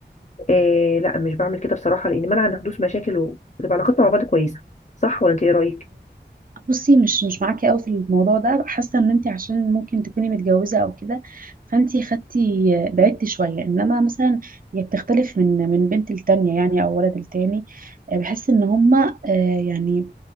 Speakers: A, on the left; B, on the right.
A: إيه لا مش بعمل كده بصراحة لأن منع عن حدوث مشاكل وبتبقى علاقتنا مع بعض كويسة صح ولا أنت إيه رأيك؟
B: بصي مش مش معاكي قوي في الموضوع ده حاسه ان انت عشان ممكن تكوني متجوزه او كده فانت خدتي بعدتي شويه انما مثلا هي بتختلف من من بنت التانية يعني او ولد التاني آه، بحس ان هما آه، يعني